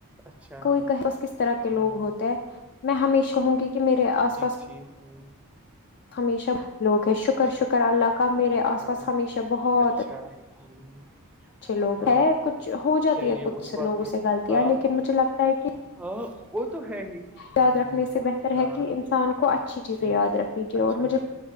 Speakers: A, in the centre; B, on the left.
A: اچھا
B: کوئی کہ بس کس طرح کے لوگ
A: ہاں
B: ہوتے
A: ہاں
B: ہیں میں ہمیش کہوں گی کہ میرے آس پاس
A: جٹھیک ہے
B: ہمیشہ لوگ ہیں شکر
A: اچھا
B: شکر اللہ کا میرے آس
A: ہاں
B: پاس ہمیشہ بہت
A: اچھا ہ
B: اچھے لوگ
A: ہاں
B: ہے کچھ ہو جاتی
A: چلیے
B: ہے کچھ
A: اس بات
B: لوگوں
A: وہ
B: سے غلطیاں
A: ہاں
B: لیکن مجھے لگتا ہے کہ
A: ہاں وہ تو ہے ہی ہ
B: یاد رکھنے
A: ہ
B: سے بہتر
A: ہاں
B: ہے کہ انسان کو اچھی چیزیں
A: ٹھیک
B: یاد رکھنی چاہیے
A: اچھا
B: اور مجھے